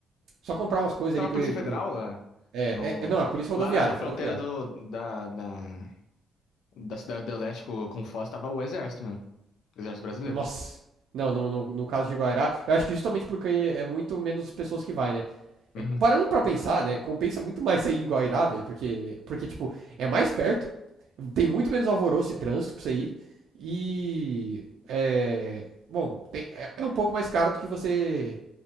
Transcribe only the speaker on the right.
só comprar umas coisas
ali.
Porque,
é,
é- é, não, é polícia rodoviária,
é
rodoviária.
Nossa. Não, no, no, no caso de Guairá, eu acho que justamente porque é muito menos pessoas que vai, né? É,
Parando pra pensar, né? Compensa muito mais você ir em Guairá, velho, porque, porque, tipo, é mais perto, tem muito menos alvoroço e trânsito pra você ir, e. É. Bom, tem- é, é um pouco mais caro do que você